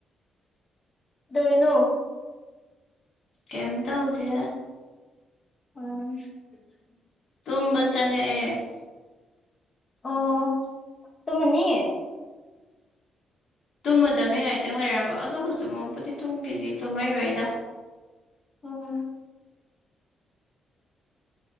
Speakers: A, on the left; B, on the left.
A: ꯗꯧꯔꯤꯅꯣ
B: ꯀꯩꯌꯤꯝꯇꯧꯗꯦ
A: <inaudible>
B: ꯇꯨꯝꯕ ꯆꯪꯉꯛꯑꯦ
A: ꯑꯣ ꯇꯨꯃꯅꯤ
B: ꯇꯨꯝꯃꯗꯃꯤ ꯉꯥꯏꯇꯪ ꯂꯩꯔꯒ ꯑꯗꯣ ꯍꯧꯖꯤꯛꯃꯛꯄꯨꯗꯤ ꯇꯨꯡꯒꯤꯗꯤ ꯇꯨꯝꯃꯩꯔꯣꯏꯗ
A: ꯑꯣ